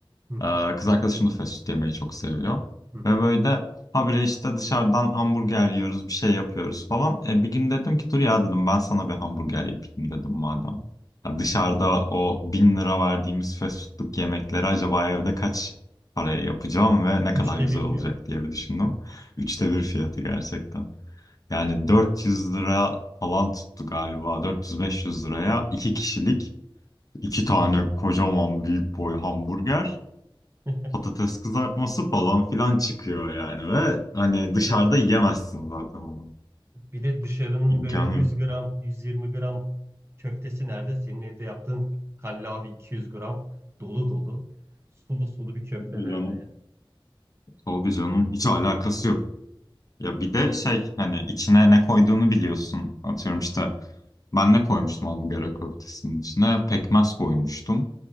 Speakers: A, on the right; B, on the left.
A: Hı hı,
B: Ee, kız arkadaşım da fast food yemeyi çok seviyor.
A: hı hı.
B: Ve böyle habire işte dışarıdan hamburger yiyoruz, bir şey yapıyoruz falan. E, bir gün dedim ki dur ya dedim ben sana bir hamburger yapayım dedim madem. Ya dışarıda o bin lira verdiğimiz fast foodluk yemekleri acaba evde kaç paraya yapacağım ve ne
A: Üçte
B: kadar güzel
A: bir fiyatı.
B: olacak diye bir düşündüm. Üçte bir fiyatı gerçekten. Yani 400 lira falan tuttu galiba. 400-500 liraya iki kişilik iki tane kocaman büyük boy hamburger
A: <laughs>
B: patates kızartması falan filan çıkıyor yani ve hani dışarıda yiyemezsin zaten onu.
A: Bir de dışarının
B: İmkanı
A: böyle 100
B: yok.
A: gram, 120 gram köftesi nerede? Senin evde yaptığın kallavi 200 gram dolu dolu, sulu sulu bir köfte
B: Tabii
A: nerede
B: canım.
A: yani?
B: Tabii canım hiç alakası yok. Ya bir de şey hani içine ne koyduğunu biliyorsun. Atıyorum işte ben ne koymuştum hamburger köftesinin içine? Pekmez koymuştum.